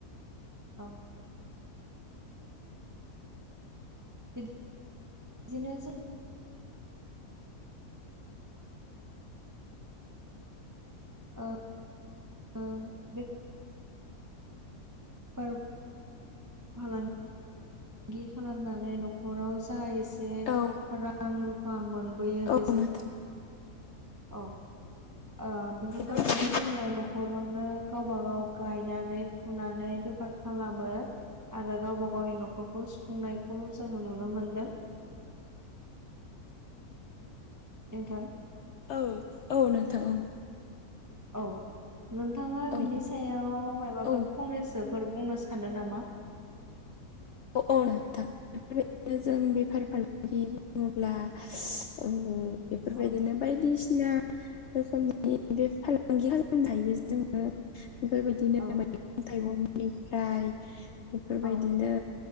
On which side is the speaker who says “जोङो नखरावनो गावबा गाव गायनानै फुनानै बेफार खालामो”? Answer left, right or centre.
Right